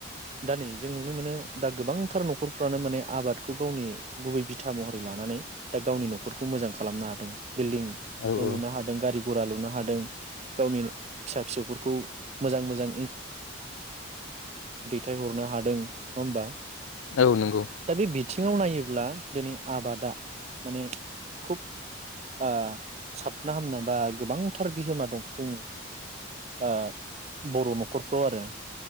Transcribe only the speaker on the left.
औ
औ
औ नंगौ